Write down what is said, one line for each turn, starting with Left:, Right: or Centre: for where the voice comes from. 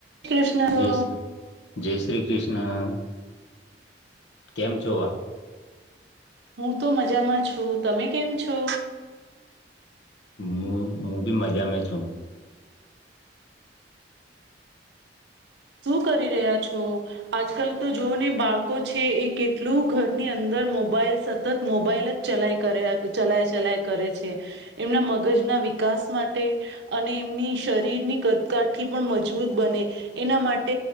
Right: શ્રી કૃષ્ણ તો
Left: જય શ્રી જય શ્રી કૃષ્ણ, કેમ છો આપ?
Right: હું તો મજામાં છું, તમે કેમ છો?
Left: હું, હું બી મજા મે છું.
Right: શું કરી રહ્યા છો? આજકાલ તો જોને બાળકો છે એ કેટલું ઘરની અંદર મોબાઈલ સતત મોબાઈલ જ ચલાય કરે ચલાય ચલાય કરે છે, એમના મગજના વિકાસ માટે અને એમની શરીરની કદકાઠી પણ મજબૂત બને. એના માટે